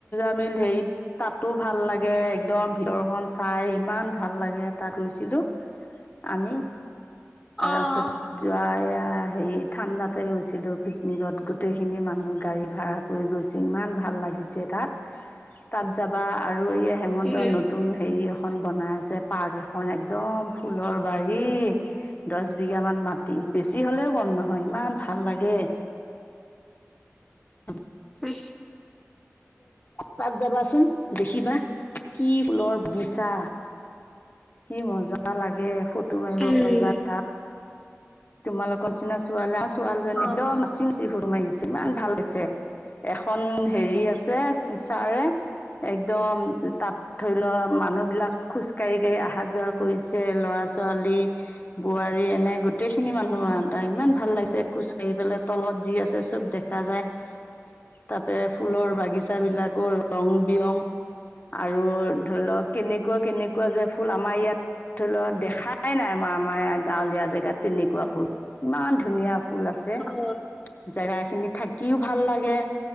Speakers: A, on the left; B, in the centre.
A: হেৰিত তাতো ভাল লাগে একদম ভিতৰখন চাই ইমান ভাল লাগে। তাত গৰুইছিলো আমি
B: অ'।
A: আছে জাই <unintelligible> হেৰি ঠাণ্ডাতে গৈছিলোঁ পিকনিকত, গোটেইখিনি মানুহ গাড়ী ভাড়া কৰি গৈছোঁ। ইমান ভাল লাগিছে তাত তাত যাবা আৰু আৰু এয়া হেমন্ত
B: উম
A: নতুন হেৰি এখন এখন বনাই আছে, পাৰ্ক এখন একদম ফুলৰ বাৰী। দহ বিঘা মান মাটি বেছি হ'লেও কম নহয় ইমান ভাল লাগে অ
B: উম
A: তাত যাবাচোন দেখিবা, কি ফুলৰ বাগিচা, কি মজা লাগে ফু ফটো মাৰিব
B: উম
A: পাৰিবা তাত। তোমালকৰ নিচিনা ছো চাল ছোৱালজনী
B: অ'
A: <unintelligible> একদম চিনি ফুৰমাইছে ইমান ভাল হৈছে। এখন হেৰি আছে চিচাৰে একদম তাত ধৰি লোৱা মানুহ বিলাক খোজ কাঢ়ি কাঢ়ি অহা-যোৱা কৰিছে, লৰা ছোৱালী বোৱাৰী এনে গো গোটেইখিনি মানুহ আহ ত ইমান ভাল লাগিছে খোজ কাঢ়ি পেলাই তলত যি আছে চব দেখা যায়। তাৰাপে ফুলৰ বাগিচা বিলাকো ৰং বিৰং আৰু ধৰি লওক কেনেকুৱা কেনেকুৱা যে ফুল আমাৰ ইয়াত ধৰিলোৱা দেখাই নাই আমাৰ আমাৰ ই গাঁৱলীয়া জেগাত তেনেকুৱা ফুল ইমান ধুনীয়া ফুল আছে।
B: অ'
A: জেগা খিনি থাকিও ভাল লাগে